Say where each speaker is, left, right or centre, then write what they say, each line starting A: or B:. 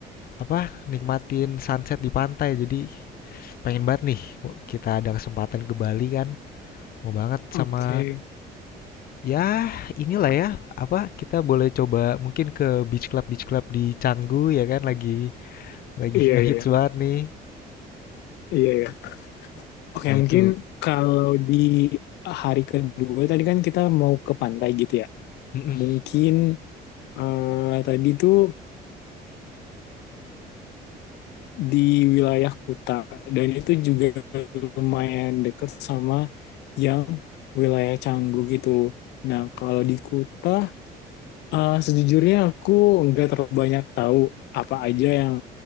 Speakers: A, on the left (about 60°); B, on the left (about 85°).
A: apa nikmatin sunset di pantai. Jadi pengen banget nih kita ada kesempatan ke Bali kan. Mau banget
B: oke.
A: sama Ya, inilah ya, apa kita boleh coba mungkin ke beach club beach club di Canggu ya kan lagi lagi
B: Iya,
A: ngehits
B: iya, iya.
A: banget nih.
B: Iya, iya. Oke,
A: Ya itu.
B: mungkin kalau di hari kedua tadi kan kita mau ke pantai gitu ya.
A: Mm-mm.
B: Mungkin eh, tadi tuh di wilayah Kuta dan itu juga lumayan dekat sama yang wilayah Canggu gitu. Nah, kalau di Kuta eh, sejujurnya aku nggak terlalu banyak tahu apa aja yang